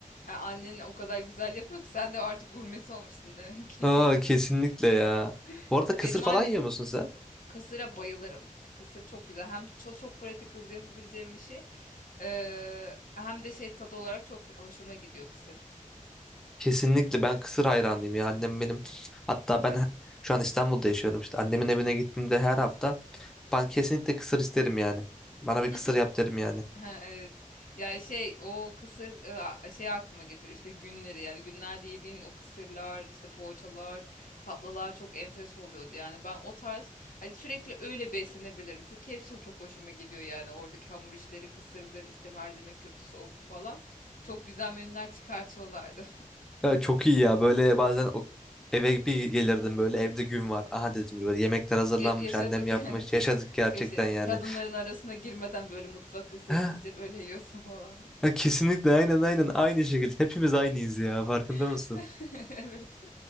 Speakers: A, on the left (about 80°); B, in the centre.
A: E, annen o kadar güzel yapıyor ki sen de artık gurmesi olmuşsun demek ki.
B: Aa kesinlikle ya.
A: <laughs>
B: Bu arada kısır
A: Benim
B: falan
A: anne
B: yiyor musun sen?
A: kısıra bayılırım. E, Kısır çok güzel. Hem çok çok pratik hızlı yapabileceğim bir şey. Ee, hem de şey tadı olarak çok hoşuma gidiyor kısır.
B: Kesinlikle ben kısır hayranıyım ya. Annem benim hatta ben şu an İstanbul'da yaşıyorum işte. Annemin evine gittiğimde her hafta Ben kesinlikle kısır isterim yani. Bana bir
A: <laughs>
B: kısır yap
A: <laughs>
B: derim yani.
A: Ha, evet. Ya şey o kısır e, a- şey aklıma getiriyor işte günleri yani günlerde yediğin o kısırlar işte poğaçalar tatlılar çok enfes oluyordu yani ben o tarz hani sürekli öyle beslenebilirim çünkü hepsi çok hoşuma gidiyor yani oradaki hamur işleri kısırdır işte mercimek köftesi o bu falan çok güzel menüler çıkartıyorlardı
B: Ya çok iyi ya böyle bazen o- eve bir gelirdim böyle evde gün var. Aha dedim böyle yemekler
A: <laughs>
B: hazırlanmış
A: Ya- yaşadık
B: annem yapmış
A: <laughs>
B: yaşadık gerçekten
A: Kaşı,
B: yani.
A: kadınların
B: <gasps>
A: arasına girmeden böyle mutfakta sessizce
B: Ha,
A: böyle yiyorsun falan
B: ha, kesinlikle aynen aynen aynı şekilde hepimiz aynıyız ya farkında mısın?
A: <laughs> evet